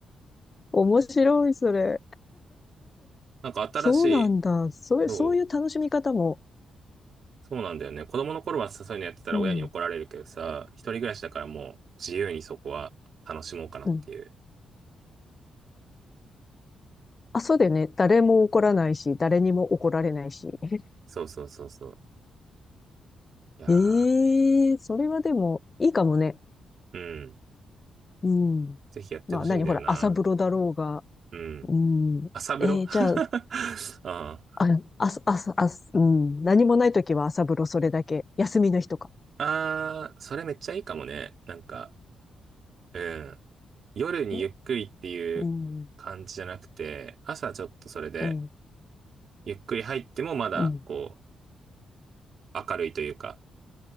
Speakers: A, on the left; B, on the right.
A: 面白い、それ。
B: なんか新しい、
A: そうなんだ。そういう、
B: そう、
A: そういう楽しみ方も。
B: そうなんだよね。子供の頃はさそういうのやってたら親に怒られるけどさ、
A: うん。
B: 一人暮らしだからもう自由にそこは楽しもうかなっていう。
A: うんあ、そうだよね。誰も怒らないし、誰にも怒られないし。<laughs>
B: そうそうそうそう。いや
A: ええーそれはでも、いいかもね。
B: ー、うん。
A: うん。
B: ぜひやってほしいんだよな。
A: まあ、何ほら、朝風呂だろうが。
B: うん。
A: うん。
B: 朝風呂
A: えー、じゃあ、
B: <laughs> ああ。
A: あ、あ、あ、あ、うん。何もないときは朝風呂それだけ。休みの日とか。
B: あー、それめっちゃいいかもね。なんか、うん。夜にゆっくりっていう感じじゃなくて、
A: ね。うん。
B: 朝ちょっとそれで、
A: うん。
B: ゆっくり入ってもまだ、
A: うん。
B: こう、明るいというか、